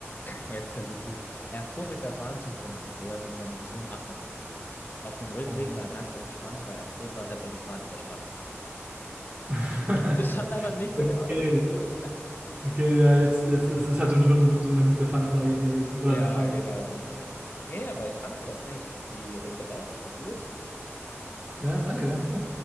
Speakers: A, on the left; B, on the right.
A: Jetzt hör gut zu. Er fuhr mit der Bahn zum Rummel, wo er mit seinem Sohn Achterbahn fuhr. Auf dem Rückweg
B: Oh, wow.
A: war er ganz entspannt, weil er froh war, dass er die Fahrt überstanden hat. <laughs>
B: <laughs>
A: Das hat einfach nichts mit
B: Okay,
A: dem anderen zu tun. <laughs>
B: okay, ja, jetzt, jetzt, es ist halt schon, schon so eine gute Fangfrage gewesen. Oder
A: Ja,
B: eine Fang.
A: genau, genau. Nee, aber ich fand, du hast eigentlich die Rätsel relativ gut gelöst.
B: Ja, danke, ja.